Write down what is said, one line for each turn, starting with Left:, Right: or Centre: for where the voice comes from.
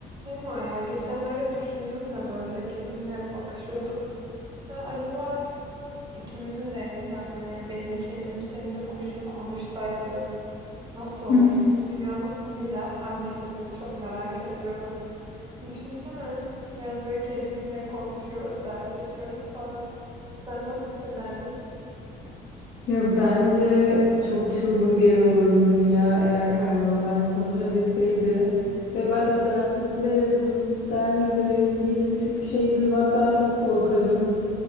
Right: Değil mi ya? Geçenlerde düşündüm de böyle kedimle bakışıyorduk. Ha, acaba ikimizin de evcil hayvanı yani benim kedim senin de kuşun konuşsaydı nasıl olurdu?
Left: Hı.
Right: Dünya nasıl bir yer haline gelirdi çok merak ediyorum. Düşünsene yani böyle kedimle konuşuyorum, dertleşiyorum falan. Sen nasıl hissederdin?
Left: Ya bence çok çılgın bir yer olurdu dünya eğer hayvanlar konuşabilseydi. Ve ben özellikle bunu ister miydim emin değilim. Çünkü şeyi duymaktan çok korkarım.